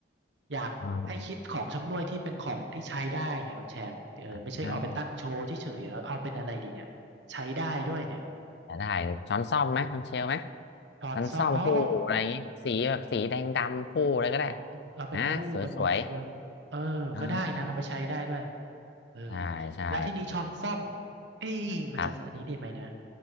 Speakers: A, on the right (about 75°); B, on the left (about 60°).
A: อยากให้คิดของชำร่วยที่เป็นของที่ใช้ได้ไงคุณแชมป์เออไม่ใช่เอาไปตั้งโชว์เฉยๆแล้วเอาเป็นอะไรดีเนี่ยใช้ได้ด้วยเนี่ย
B: ืม จะได้ช้อนส้อมไหมช้อนเชลไหม
A: ช้อนซ่อมอ๋อ
B: ช้อนส้อมคู่อะไรอย่างงี้สีแบบสีแดงดำคู่อะไรก็ได้
A: อ๋อเอาเป็นคู่เป็นมงคลเออก็ได้นะเอาไปใช้ได้ด้วย
B: นะสวยๆเอ่า
A: เออ
B: ใช่ใช่
A: แล้วทีนี้ช้อนส้อมเอ้ยมันจะอันนี้ดีไหมนะ
B: ครับ